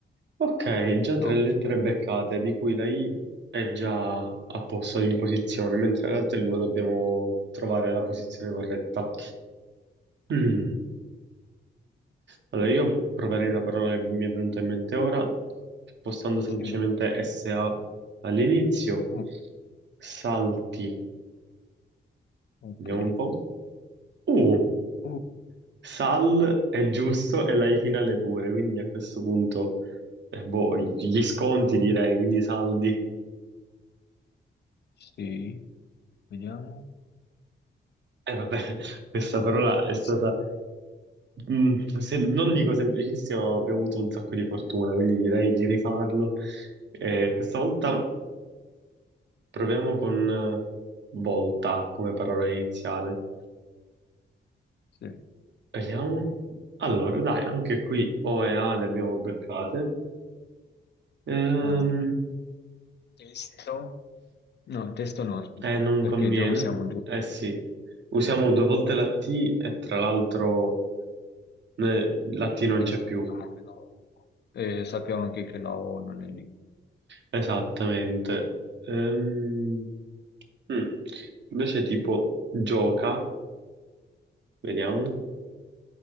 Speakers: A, on the right (about 65°); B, on the left (about 55°).
A: Ok, già tre
B: Ok,
A: lettere beccate, di cui la I è già a posto in posizione, mentre le altre due dobbiamo trovare la posizione corretta. Mm. Allora, io proverei una parola che mi è venuta in mente ora, spostando semplicemente
B: sì, va-
A: SA all'inizio.
B: o-
A: Salti,
B: ok.
A: vediamo un po'. U.
B: Uh,
A: Sal è giusto e la Ifinale pure, quindi a questo punto, eh, boh, gli sconti direi, quindi i saldi.
B: sì, vediamo.
A: E vabbè, <laughs> questa parola
B: No, no,
A: è stata,
B: sì.
A: mm, se- non dico semplicissima, ma abbiamo avuto un sacco di fortuna, quindi direi di rifarlo. Eh, questa volta proviamo con eh, volta come parola iniziale.
B: Sì,
A: Vediamo. Allora, dai, anche qui O e A le abbiamo beccate. Ehm,
B: va bene. Testo? No, testo no, aspetta,
A: Eh, non
B: perché
A: conviene.
B: già usiamo due
A: Eh sì, usiamo due volte la T e tra l'altro eh, la T non
B: e
A: c'è
B: sappiamo
A: più.
B: che la O. E sappiamo anche che la O non è lì.
A: Esattamente. Ehm, mm. Invece tipo gioca, vediamo.